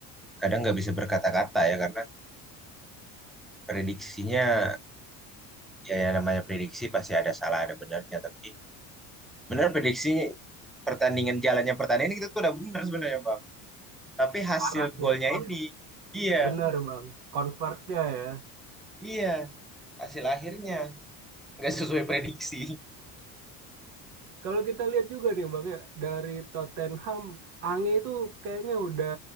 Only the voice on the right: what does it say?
Arahnya,
iya.
Bener, Bang. Convertnya ya.
Kalau kita lihat juga nih Bang ya, dari Tottenham, Ange itu kayaknya udah